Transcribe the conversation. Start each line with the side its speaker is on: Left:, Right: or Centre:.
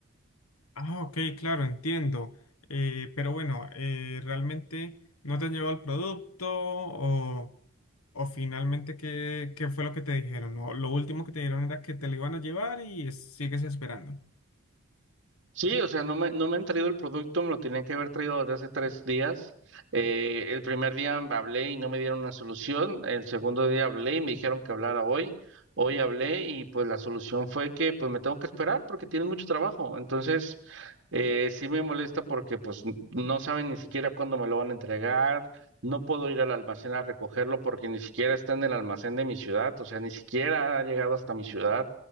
Left: Ah, ok, claro, entiendo. Eh, pero bueno, eh, ¿realmente no te han llevado el producto o, o finalmente qué, qué fue lo que te dijeron? O lo último que te dijeron era que te lo iban a llevar y es- sigues esperando.
Right: Sí, o sea, no me, no me han traído el producto, me lo tenían que haber traído desde hace tres días. Eh, el primer día hablé y no me dieron una solución. El segundo día hablé y me dijeron que hablara hoy. Hoy hablé y pues la solución fue que pues me tengo que esperar porque tienen mucho trabajo. Entonces, eh, sí me molesta porque pues n- no saben ni siquiera cuándo me lo van a entregar. No puedo ir al almacén a recogerlo porque ni siquiera está en el almacén de mi ciudad, o sea, ni siquiera ha llegado hasta mi ciudad.